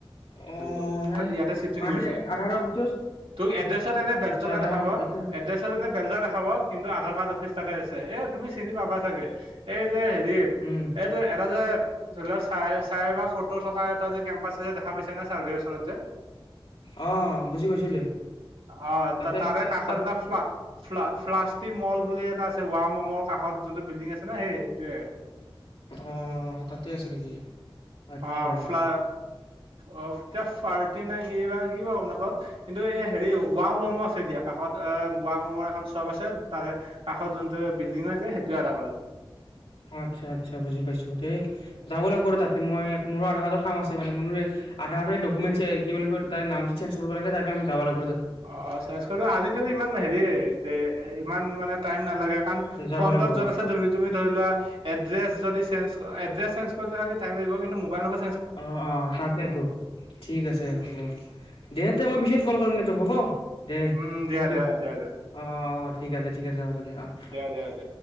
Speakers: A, on the left; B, on the right.
A: অ
B: কৰিব
A: মানে
B: ইয়াতে চিফটিং
A: মানে
B: কৰিছে
A: আধাৰ অফিচত
B: তোক এড্ৰেছত এনে বেলতলা
A: আচ্ছা আধা
B: দেখাব,
A: এতিয়া
B: এড্ৰেছত এনে বেলতলা দেখাব, কিন্তু আধাৰ কাৰ্ড অ'ফিচ তাতে আছে এ তুমি চিনি পাবা চাগে এই যে হেৰি
A: উম
B: এইটো এটা যে জল চাই চাই বা ফটো থকাৰ যে কেম্পাছে দেখা পায় কেনে চাৰ্ভে যে
A: অ' বুজি পাইছো দে
B: অ',
A: তাতে
B: তাৰে
A: তাত
B: কাষত
A: তাত
B: এটা ফ্লা-ফ্লাষ্টি ম'ল বুলি এটা আছে ৱাও ম'ম'ৰ কাষত যোনটো বিল্ডিং আছে না সেই সেইটোৱে।
A: অ', তাতে আছে নেকি? আচ্ছা।
B: অ ফ্লা অ, কিবা পাৰ্টি নাই কি বা কি গম নাপ। কিন্তু এই হেৰি ৱও মমো আছে দিয়া কাষত। এ, ৱও মমৰ এখন শ্বপ আছে। তাৰে কাষত যোনটো বিল্ডিং হৈ য সেইটোৱে এটা
A: অ, আচ্ছা, আচ্ছা বুজি পাইছো দে যাব লাগিব ৰ তাতে মই মোৰো আধাৰ কাৰ্ড কাম আছে মানে। মোৰ আধাৰ কাৰ্ডৰ ডকুমেণ্ট কি বুলি কয় তাৰ নামটো চেঞ্জ কৰিব লাগে তাৰ কাৰণ যাব লাগ
B: অ, চেজ কৰি আজিকালি ইমান হেৰি ইমান মানে টাইম নালাগে। কাৰণ
A: যাব
B: ফ্ৰন্টত
A: লাগিব আৰু
B: য'ত আছে তুমি, তুমি ধৰিলোৱা এড্ৰেছ যদি চেঞ্জ এড্ৰেছ চেঞ্জ কৰি থ টাইম লাগিব। কিন্তু মোবাইল নাম্বাৰ
A: অ, অ, তাকেইেতো। ঠিক আছে হ'ব। দে, তে মই পিছত কল কৰিম দে তোক হ'ব। দেই।
B: উম
A: থাঙ্যও।
B: দিয়া দিয়া দিয়া দিয়া
A: অহ, অঁ, অঁ ঠিক আছে, ঠিক আছে, হ'ব দিয়া অঁহ '।
B: দিয়া দিয়া